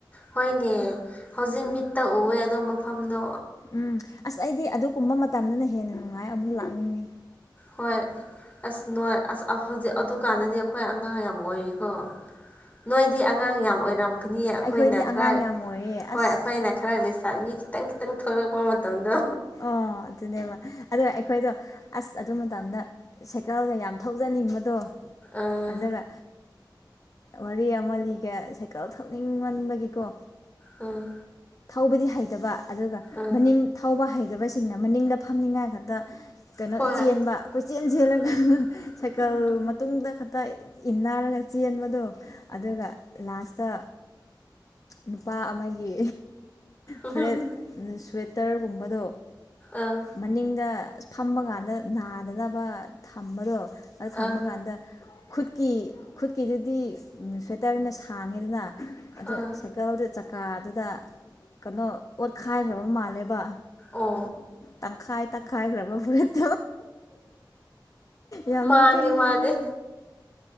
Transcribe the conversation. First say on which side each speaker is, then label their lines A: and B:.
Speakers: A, on the left; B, on the left.
A: ꯍꯣꯏꯅꯦ ꯍꯧꯖꯤꯛ ꯃꯤꯠꯇ ꯎꯑꯦ ꯑꯗꯣ ꯃꯐꯝꯗꯣ
B: ꯎꯝ ꯑꯁ ꯑꯩꯗꯤ ꯑꯗꯨꯒꯨꯝꯕ ꯃꯇꯝꯗꯨꯅ ꯍꯦꯟꯅ ꯅꯨꯡꯉꯥꯏ ꯑꯃꯨꯛ ꯂꯥꯛꯅꯤꯡꯉꯤ
A: ꯍꯣꯏ ꯑꯁ ꯅꯣꯏ ꯑꯁ ꯍꯧꯖꯤꯛ ꯑꯗꯨꯀꯥꯟꯗꯗꯤ ꯑꯩꯈꯣꯏ ꯑꯉꯥꯡ ꯌꯥꯝ ꯑꯣꯏꯔꯤ ꯑꯣ ꯅꯣꯏꯗꯤ ꯑꯉꯥꯡ ꯌꯥꯝ ꯑꯣꯏꯔꯝꯒꯅꯤ ꯑꯩꯈꯣꯏꯅ
B: ꯑꯩꯈꯣꯏꯗꯤ ꯑꯉꯥꯡ
A: ꯈꯔ
B: ꯌꯥꯝ ꯑꯣꯏꯔꯦ
A: ꯍꯣꯏ
B: ꯑꯁ
A: ꯑꯩꯈꯣꯏꯅ ꯈꯔ ꯂꯩꯁꯥꯕꯤ ꯈꯤꯇꯪ ꯈꯤꯇꯪ ꯊꯣꯛꯂꯛꯄ ꯃꯇꯝꯗꯣ
B: ꯑꯣ ꯑꯗꯨꯅꯦꯕ ꯑꯗ ꯑꯩꯈꯣꯏꯗꯣ ꯑꯁ ꯑꯗꯨ ꯃꯇꯝꯗ ꯁꯥꯏꯀꯜꯒ ꯌꯥꯝ ꯊꯧꯖꯅꯤꯡꯕꯗꯣ
A: ꯑꯥ
B: ꯑꯗꯨꯒ ꯋꯥꯔꯤ ꯑꯃ ꯂꯤꯒꯦ ꯁꯥꯏꯀꯜ ꯊꯧꯅꯤꯡꯃꯟꯕꯒꯤꯀꯣ
A: ꯑꯣꯝ
B: ꯊꯧꯕꯗꯤ ꯍꯩꯇꯕ ꯑꯗꯨꯒ
A: ꯑꯥ
B: ꯃꯅꯤꯡ ꯊꯧꯕ ꯍꯩ ꯐꯖꯕ ꯁꯤꯡꯅ ꯃꯅꯤꯡꯗ ꯐꯝꯅꯤꯡꯉꯥꯏ ꯈꯛꯇ ꯀꯩꯅꯣ
A: ꯍꯣꯏ
B: ꯆꯦꯟꯕ ꯑꯩꯈꯣꯏ ꯆꯦꯟ ꯆꯦꯜꯂꯒ
A: ꯎꯝ
B: ꯁꯥꯏꯀꯜ
A: ꯎꯝ
B: ꯇꯨꯡꯗ ꯈꯛꯇ ꯏꯟꯅꯔꯒ ꯆꯦꯟꯕꯗꯣ ꯑꯗꯨꯒ ꯂꯥꯁꯇ ꯅꯨꯄꯥ ꯑꯃꯒꯤ
A: ꯎꯝ
B: ꯐꯨꯔꯤꯠ
A: ꯎꯝ
B: ꯁ꯭ꯋꯦꯇꯔꯒꯨꯝꯕꯗꯣ
A: ꯑꯥ
B: ꯃꯅꯤꯡꯗ ꯑꯁ ꯐꯃ ꯀꯥꯟꯗ ꯅꯥꯗꯅꯕ ꯊꯝꯕꯗꯣ ꯑꯗ ꯊꯝꯕ
A: ꯑꯥ
B: ꯀꯥꯟꯗ ꯈꯨꯠꯀꯤ ꯈꯨꯠꯀꯤꯗꯨꯗꯤ ꯁ꯭ꯋꯦꯇꯔꯅ ꯁꯥꯡꯉꯦꯗꯅ ꯑꯗ
A: ꯑꯥ
B: ꯁꯥꯏꯀꯜꯗꯤ ꯆꯀꯥꯗꯨꯗ ꯀꯩꯅꯣ ꯑꯣꯠꯈꯥꯏꯈ꯭ꯔꯕ ꯃꯥꯜꯂꯦꯕ
A: ꯑꯣ
B: ꯇꯪꯈꯥꯏ ꯇꯪꯈꯥꯏꯈ꯭ꯔꯕ ꯐꯔꯠ ꯌꯥꯝ
A: ꯃꯥꯡꯉꯦ
B: ꯅꯣꯛꯅꯤꯡꯕꯅꯦ
A: ꯃꯥꯗꯤ